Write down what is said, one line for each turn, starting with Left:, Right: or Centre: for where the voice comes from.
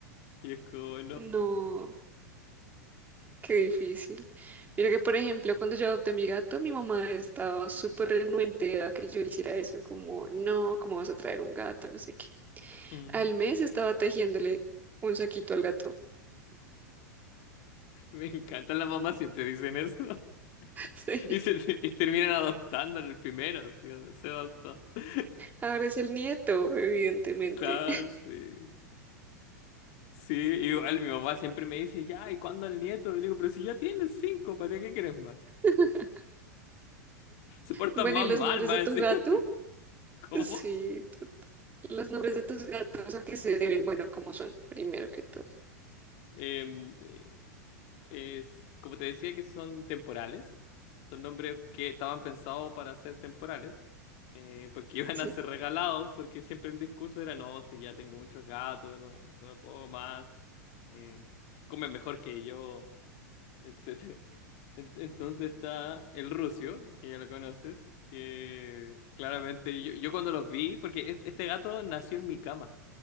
Left: y es como,
Right: No. Qué difícil. Mira que, por ejemplo, cuando yo adopté a mi gato, mi mamá estaba súper renuente a que yo hiciera eso, como, no, ¿cómo vas a traer un gato? No sé qué.
Left: no.
Right: Al mes estaba tejiéndole un saquito al gato.
Left: Me encanta, las mamás siempre dicen eso. <laughs>
Right: <laughs> Sí.
Left: Y, se, y terminan adoptando en el primero, sí, se adoptó. <laughs>
Right: Ahora es el nieto, evidentemente.
Left: Claro, sí. Sí, igual mi mamá siempre me dice, ya, ¿y cuándo el nieto? Y le digo, pero si ya tienes cinco, ¿para qué quieres más?
Right: <laughs>
Left: <laughs> Se portan
Right: Bueno,
Left: más
Right: ¿y los
Left: mal,
Right: nombres
Left: más
Right: de tu
Left: encima.
Right: gato?
Left: <laughs> ¿Cómo?
Right: Sí, tú- los nombres de tus gatos, ¿a qué se deben? Bueno, ¿cómo son? Primero que todo,
Left: Em, eh, es, como te decía que son temporales, son nombres que estaban pensados para ser temporales, eh, porque <laughs> iban
Right: ¿sí?
Left: a ser regalados, porque siempre el discurso era, no, si ya tengo muchos gatos, no, no puedo más. eh, come mejor que yo, etcétera. En- Entonces está el Rusio, que ya lo conoces, que claramente yo, yo cuando los vi, porque es- este gato nació en mi cama,